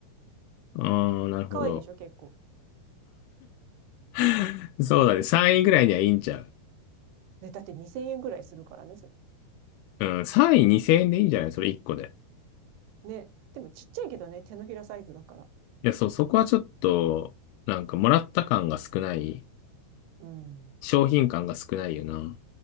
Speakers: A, on the left; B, on the right.
A: うん。ああ、なるほど。
B: 可愛いでしょ、結構。
A: <laughs>
B: <laughs>
A: そうだね。3位ぐらいにはいいんちゃう。
B: ね、だって2000円ぐらいするからね。それ
A: うん、3位2000円でいいんじゃないそれ1個で。
B: ね。でもちっちゃいけどね、手のひらサイズだから。
A: いや、そう、そこはちょっと、なんかもらった感が少ない。
B: うん。
A: 商品感が少ないよな。